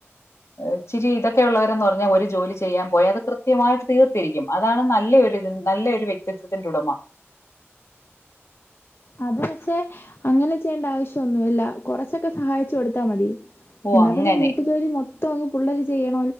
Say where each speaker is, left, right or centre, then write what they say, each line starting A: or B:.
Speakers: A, on the left; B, on the left.
A: ഇച്ചിരി ഇതൊക്കെള്ളവരന്ന് പറഞ്ഞാൽ ഒരു ജോലി ചെയ്യാൻ പോയി അത് കൃത്യമായിട്ട് തീർത്തിരിക്കും അതാണ് നല്ല ഒരു നല്ല ഒരു വ്യക്തിത്വത്തിന്റെ ഉടമ
B: അത് പക്ഷെ അങ്ങനെ ചെയ്യേണ്ട ആവശ്യൊന്നുമല്ല കൊറച്ചൊക്കെ സഹായിച്ചു കൊടുത്താൽ മതി
A: ഓ
B: എന്നാ
A: അങ്ങനെ
B: പിന്നെ വീട്ട ജോലി മൊ ത്തങ്ങ് പുള്ളേര് ചെയ്യണം